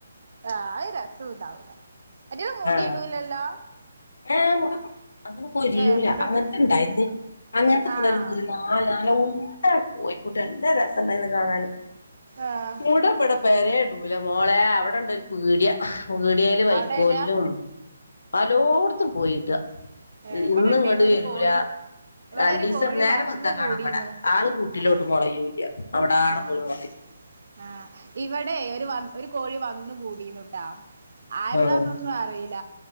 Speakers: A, on the right (about 55°); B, on the left (about 70°).
A: ആഹ് രസുണ്ടാവില്ല അയ്റ്റങ്ങള് മുടി
B: ആഹ്
A: ഇടൂലല്ലോ
B: ഏ മുടക്ക അങ്ങനെ പോരിയൂല
A: ഏഹ് മുട
B: അങ്ങനത്തെ
A: ഇടും
B: ഇണ്ടയിന്ന് അങ്ങനത്തെ പിള്ളേര്
A: ആഹ്
B: ഒരു നാല് നല്ല ഉണ്ട കോഴികു നല്ലരസണ്ടൈന് കാണാന്
A: ആഹ്
B: കൂട്ബ്ടെ പേരെല്ടൂലമോളെ അവിടെണ്ടെ വീടിയ വീടിയൽ വൈക്കോല്ലും
A: അവിടെ ഇടാ
B: പലോടത്തും പോയിട്ട.
A: ഏഹ് ഇവിടെ
B: ഇന്ന്
A: ഇണ്ടേന്ന്
B: ഇങ്ങട്ട്
A: ഒരു
B: വരൂല.
A: കോഴി ഇവിടെ
B: രണ്ട
A: ഒരു
B: ദിവസം
A: കോഴി
B: നേര
A: വന്ന്
B: വത്താ കാണാൻ
A: കൂടിന്നു
B: പട ആള് കൂട്ടിലോട്ട്
A: ആഹ്
B: മുളയൂല്ല അവിട ആടെ
A: ആഹ്
B: പോയി മത്തി.
A: ആഹ് ഇവ- ഇവടെ ഒരു കോഴി വന്നു കൂടിനുട്ടോ ആരതാണൊന്നുമാറീല.
B: ഉം